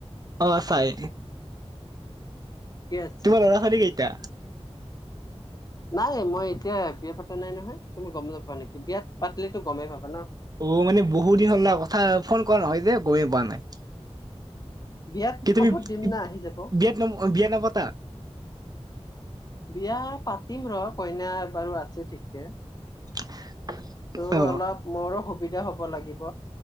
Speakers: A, on the right; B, on the left.
A: অ', চাই,
B: ঠিকে আছে
A: তোমাৰ ল'ৰা-ছোৱালী কেইটা?
B: নাই মই এতিয়া বিয়া পাতা নাই নহয়, তুমি গ'ম নাপোৱা নেকি? বিয়া পাতিলে টো গ'মেই পাবা ন'।
A: অ', মানে বহুত দিন হ'ল না কথা ফোন কৰা নহয় যে গ'মেইে পোৱা নাই।
B: বিয়াত
A: কি
B: খবৰ
A: তুমি
B: দিম না আহি যাব
A: বিয়াত ন বিয়া নপতা?
B: বিয়া পাতিম ৰ' কইনা বাৰু আছে ঠিকে।
A: <unintelligible>
B: ত'
A: অ
B: অলপ মোৰো সুবিধা হ'ব লাগিব।